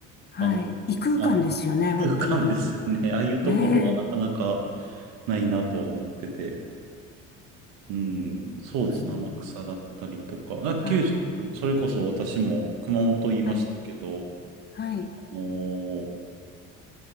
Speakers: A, on the left; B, on the right.
A: はい。
B: あの、
A: 異空間ですよね、
B: はい異空間ですよね。
A: 本当に。
B: ああいうところはなかなか
A: ええ
B: ないなと思ってて。うん、そうですね。
A: ですね。
B: 天草だったりとか。あ九州、
A: はい。
B: それこそ私も熊本言いましたけど、
A: はいはい。
B: あのー